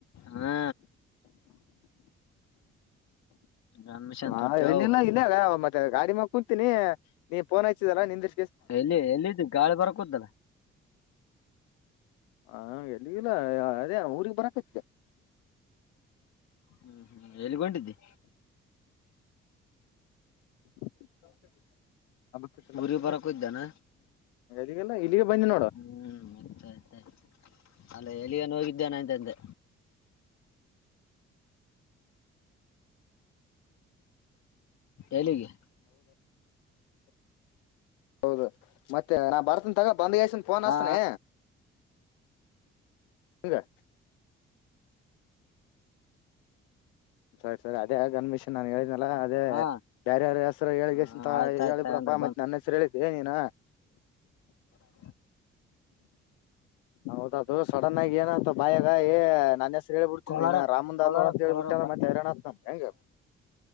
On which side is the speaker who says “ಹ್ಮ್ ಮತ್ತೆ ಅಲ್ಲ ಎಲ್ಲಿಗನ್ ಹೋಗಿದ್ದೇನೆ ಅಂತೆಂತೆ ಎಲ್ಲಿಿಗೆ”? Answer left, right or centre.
Left